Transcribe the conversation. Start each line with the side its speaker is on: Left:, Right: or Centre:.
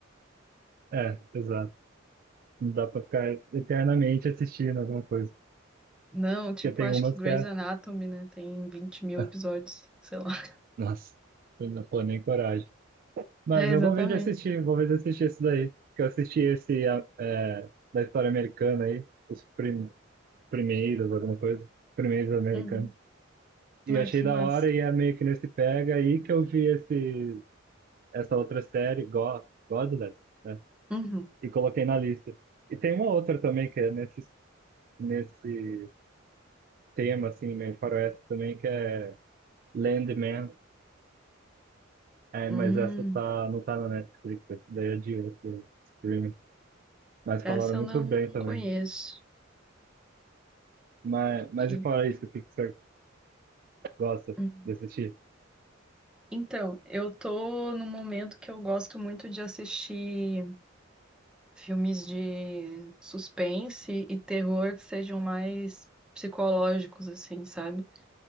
Right: É, exato. Não dá pra ficar eternamente assistindo alguma coisa.
Centre: Não, tipo,
Right: Porque tem
Centre: acho
Right: umas
Centre: que Grey's
Right: que é.
Centre: Anatomy, né? Tem vinte mil
Right: <laughs>
Centre: episódios, sei lá. <laughs>
Right: Nossa, eu não pô nem coragem. Mas
Centre: É,
Right: eu
Centre: exatamente.
Right: vou ver de assistir, vou ver de assistir esse daí. Que eu assisti esse ah, é, da história americana aí, os prim- primeiros, alguma coisa. Primeiros americanos.
Centre: Uhum.
Right: E
Centre: Ai,
Right: achei
Centre: que
Right: da
Centre: massa.
Right: hora e é meio que nesse pega aí que eu vi esse essa outra série, go Godless, né?
Centre: Uhum.
Right: E coloquei na lista. E tem uma outra também que é nesse, nesse tema, assim, meio faroeste também, que é Landman. É,
Centre: Hum,
Right: mas essa tá, não tá na Netflix, essa daí é de outro streaming. Mas falaram
Centre: essa
Right: muito
Centre: eu não
Right: bem também.
Centre: conheço.
Right: Mas, mas
Centre: E,
Right: e fora isso, o que que você gosta
Centre: hum.
Right: de assistir?
Centre: Então, eu tô num momento que eu gosto muito de assistir. Filmes de suspense e terror que sejam mais psicológicos, assim, sabe?